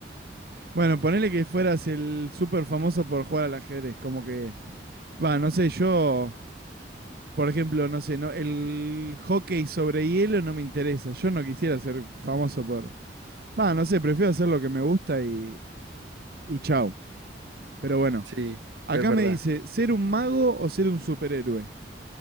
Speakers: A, on the right (about 55°); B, on the right (about 85°).
A: Bueno, ponele que fueras el súper famoso por jugar al ajedrez, como que... Va, no sé, yo, por ejemplo, no sé, no, el hockey sobre hielo no me interesa. Yo no quisiera ser famoso por... Va, no sé, prefiero hacer lo que me gusta y, y chau. Pero bueno,
B: sí,
A: acá
B: es verdad.
A: me dice, ¿ser un mago o ser un superhéroe?